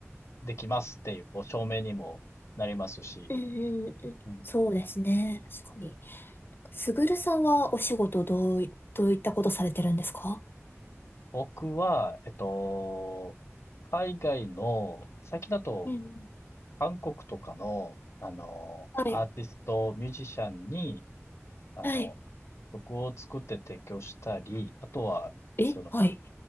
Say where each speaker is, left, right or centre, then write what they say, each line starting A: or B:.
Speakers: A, on the left; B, on the left.
A: できますっていう、こう証明にもなりますし。
B: うん、うんうんそうですね。
A: うん。
B: 確かに。すぐるさんはお仕事どうい、どういったことされてるんですか
A: 僕は、えっと、海外の最近だと
B: うんうん。
A: 韓国とかの、あの、
B: はい。
A: アーティスト、ミュージシャンに、あの、
B: はい。
A: 曲を作って提供したり、あとは、
B: えはい。
A: その、